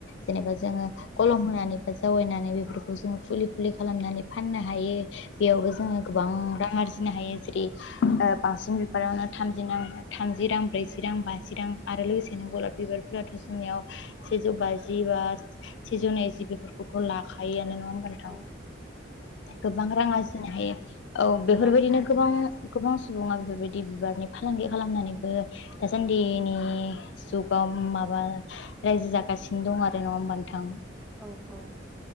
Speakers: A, on the left; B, in the centre.
A: जेनेबा
B: औ
A: जोङो
B: औ
A: कलम होनानै जावायनानै बेफोरखौ जोङो फुलि फुलि खालामनानै फाननो हायो। बेयावबो जोङो
B: औ
A: गोबां रां आरजि नो हायो जेरै ओ बांसिन बिबारावनो थामजि नां थामजि रां ब्रैजि रां बाजि रां आ रो लोगोसेनो गलाब बिबारफोराथ' जोंनियाव सेजौ बाजि बा सेजौ नैजि बेफोर खौथ' लाखायो आनो नंङा होनबा नोंथां?
B: औ
A: गोबां रां आरजिनो हायो औ
B: रां
A: बेफोरबायदिनो
B: आरजिनो हायो
A: गोबां गोबां सुबुंङा बेफोरबायदि बिबारनि फालांगि खालामनानैबो दासान्दिनि
B: औ
A: जुगाव माबा रायजो जागासिनो दं आरो नङा होमबा नोंथां
B: औ औ